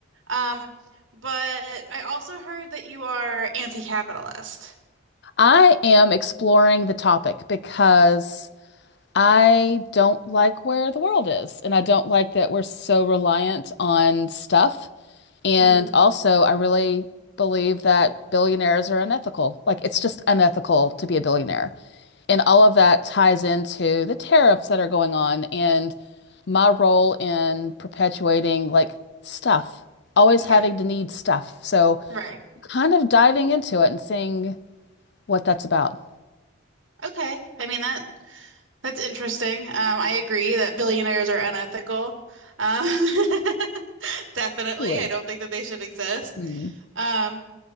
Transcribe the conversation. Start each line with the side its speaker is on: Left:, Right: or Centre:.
Right: Um, but I also heard that you are anti-capitalist.
Left: I am exploring the topic because I don't like where the world is, and I don't like that we're so reliant on stuff. And
Right: hmm
Left: also, I really believe that billionaires are unethical. Like, it's just unethical to be a billionaire. And all of that ties into the tariffs that are going on and my role in perpetuating like stuff, always
Right: Yeah,
Left: having to need stuff. So
Right: right.
Left: kind of diving into it and seeing what that's about.
Right: Okay. I mean that that's interesting. Um, I agree that billionaires are unethical. Um, <laughs> definitely.
Left: Really?
Right: I don't think that they should exist.
Left: Mm.
Right: Um,